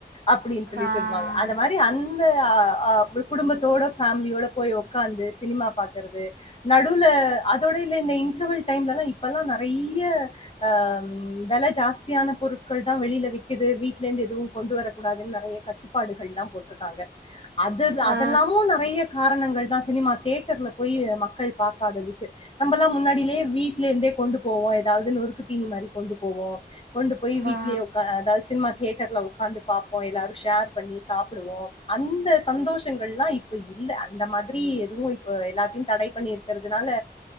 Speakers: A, on the left; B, on the right.
A: அப்பிடின்னு சொல்லி
B: ஆமாம்
A: சொல்வாங்க அந்த மாரி அந் த ஆ ஆ கு குடும்பத்தோட ஃபேமிலியோட போய் ஒக்காந்து சினிமா பா க்கறது நடுவுல அதோட இந்த இந்த இன்ட்ரவல் டைம்லலா இப்பல்லா நெறைய அம் வெல ஜாஸ்தியான பொருட்கள்தா வெளில விக்குது வீட்ல இருந்து எதுவு கொண்டு வரக்கூடாதுன்னு நெறைய கட்டுப்பாடுகள்லாம் போட்ருக்காங்க அது
B: ஆ
A: அதெல்லாமு
B: ஆ
A: நெறைய காரணங்கள்தா சினிமா தியேட்டர்ல பொய்ய மக்கள் பாக்காததுக்கு நம்ம எல்லா முன்னாடியிலியே வீட்லந்தே கொண்டு போவோ ஏதாவது நொறுக்கு தீனி மாரி கொண்டு போவோ கொண்டு போய் வீட்லயே
B: ஆ
A: ஒக்காரது சினிமா தியேட்டர்ல உக்காந்து பாப்போ எல்லாரு ஷேர் பண்ணி சாப்பிடுவோ அந்த சந்தோஷங்கள் எல்லா இப்ப இல்ல அந்த மாதிரி எதுவு இப்ப எல்லாத்தியு தடை பண்ணி இருக்கிறதுனால